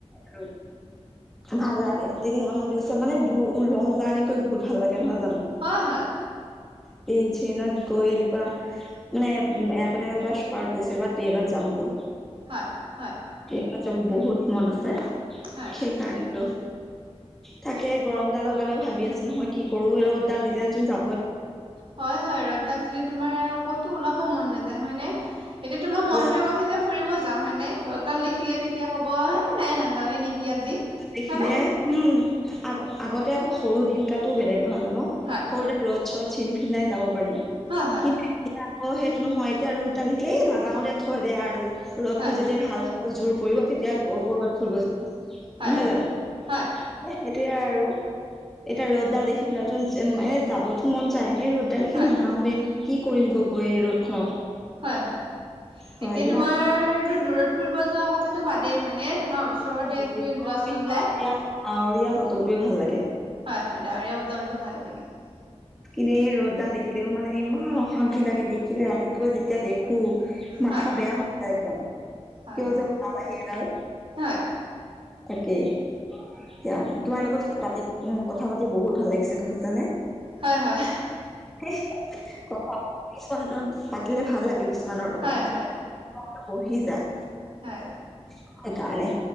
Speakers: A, in the centre; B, on the right.
A: আৰু ভাল লাগে টিলিঙা মন্দিৰ ওচৰত মানে দূৰ লং জাৰ্ণি কৰি বহুত ভাল লা কে নহয় জানো?
B: হয় হয় হয়
A: ট্ৰেইন -চেইনত গৈ এনেকুৱা মানে আগতে এক বা চুপাৰত গৈছো এইবা ট্ৰেইনত যাম বোলো।
B: হয় হয়।
A: তাত যাব বহুত মন আছে,
B: হয়
A: সেইকাৰণে লো, থাকে গৰম ডালৰ কাৰণে ভাবি আছো নহয় কি কৰো ৰ'দডাল দিলেছোন যা
B: হয় হয় ৰদডাল দিলে তোমাৰ কতো ওলাব মন নাযায় হয় নে? এতিয়া তোমাৰ মনটোৱে
A: ইয়াত
B: কৈছে যে ফুৰিব যাওঁ হয়নে ৰ'দডাল দেখিলে তেতিয়া কব নাই নাজা নাজাওয়ে নেকি আজি
A: দেখিলে
B: হয় নে
A: উম আগ আগতে আকৌ সৰু দিন কালটোও বেলেগ নহয় জানো
B: হয়
A: সৰুতে ৰ'দ চ'দ ফিনফিনাই যাব পাৰি
B: হয় হয়
A: কিন্তু এতিয়া আকৌ সেইটো নহয় এতিয়া ৰ'দডাল দেখিলে এই নাযাও দে থয় দে আৰু ৰ'দটো
B: হয়
A: যেতিয়া ভাল হব জোৰ পৰিব তেতিয়া কৰ কৰবাত ফুৰিব যাম নহয়
B: হয় হয় হয়।
A: জানো
B: হয়
A: সেইটোয়ে আৰু এতিয়া ৰ'দডাল দেখি পেলাই ত এনে যাবতো মন যায়। এই ৰ'দডাল দেখি
B: হয়
A: নাযাও দে, কি কৰিম গৈ গৈ এই ৰ'দখনত?
B: হয় হয়,
A: হয়
B: এতিয়া
A: দিয়া
B: তোমাৰতো দূৰত ফুৰিব যোৱা কথাটো বাদেই হয়নে? তোমাৰ ওচৰতে
A: ডাৱৰীয়া
B: তুমি যোৱাচোন ওলাই হয়
A: ডাৱৰীয়া বতৰটোৱে ভাল লাগে
B: হয় ডাৱৰীয়া বতৰটো ভাল লাগে হয়।
A: কিনে ৰ'দডাল দেখিলেও মানে ইমান অশান্তি লাগে দেখিলে ৰাতিপুৱাই যেতিয়া দে খো মাথা
B: হয়
A: বেয়া হৈ যায় একদম,
B: হয়
A: কিয়
B: হয়।
A: যে ওলাল আহি এডাল?
B: হয়
A: তাকে। এতিয়া তোমাৰ লগত পাতি উম কথা পাতি বহুত ভাল লাগিছে গম পাইছা নে?
B: হয় হয়
A: <inaudible> পাতিলে ভাল লাগে কিছুমানৰ লগত,
B: হয় হয়
A: মনটো বহি যায়।
B: হয়।
A: সেই কাৰণে।